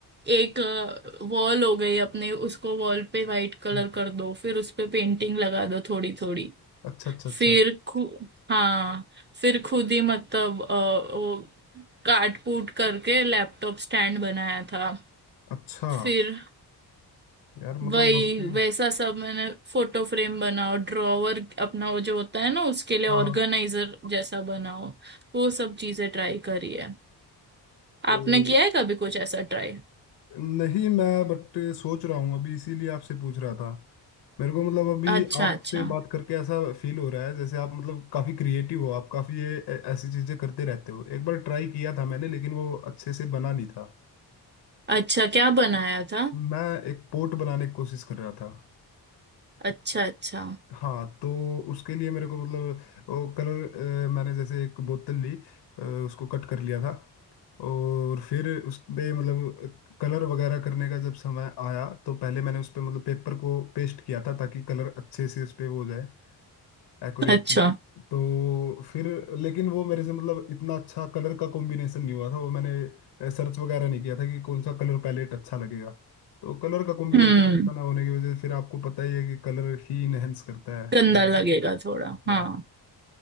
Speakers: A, on the right; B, on the left.
A: एक वॉल हो गई अपने उसको वॉल पे वाइट कलर
B: हम्म,
A: कर दो फिर उस पे पेंटिंग लगा दो थोड़ी थोड़ी
B: अच्छा अच्छा अच्छा
A: फिर खु हाँ फिर खुद ही मतलब अ, वो काट कूट करके लैपटॉप स्टैंड बनाया था
B: अच्छा
A: फिर
B: यार मतलब
A: वही
B: आपकी
A: वैसा सब मैंने फोटो फ्रेम बनाओ ड्रॉवर अपना वो जो होता है ना उसके लिए
B: हाँ
A: ऑर्गेनाइजर
B: हाँ
A: जैसा बनाओ वो सब चीजें ट्राई करी है
B: क-
A: आपने किया है कभी कुछ ऐसा ट्राई
B: नहीं मैं बट सोच रहा हूँ अभी इसीलिए आपसे पूछ रहा था मेरे को मतलब अभी
A: अच्छा
B: आपसे
A: अच्छा
B: बात करके ऐसा फील हो रहा है जैसे आप मतलब काफी क्रिएटिव हो आप काफी ये ऐ- ऐसी चीजें करते रहते हो एक बार ट्राई किया था मैंने लेकिन वो अच्छे से बना नहीं था
A: अच्छा क्या बनाया था
B: मैं एक पोर्ट बनाने की कोशिश कर रहा था
A: अच्छा अच्छा
B: हाँ तो उसके लिए मेरे को मतलब वो कलर मैंने जैसे एक बोतल ली अ, उसको कट कर लिया था और फिर उस पे मतलब कलर वगैरह करने का जब समय आया तो पहले मैंने उस पे मतलब पेपर को पेस्ट किया था ताकि कलर अच्छे से उस पे वो हो जाए एक्यूरेटली
A: अच्छा
B: तो फिर लेकिन वो मेरे से मतलब इतना अच्छा कलर का कॉम्बिनेशन नहीं हुआ था वो मैंने सर्च वगैरह नहीं किया था कि कौन सा कलर पैलेट अच्छा लगेगा तो कलर का कॉम्बिनेशन
A: हम्म
B: अच्छा ना होने की वजह से फिर आपको पता ही है कि कलर ही इनहेंस करता है
A: गंदा
B: हम्म।
A: लगेगा थोड़ा हाँ
B: हाँ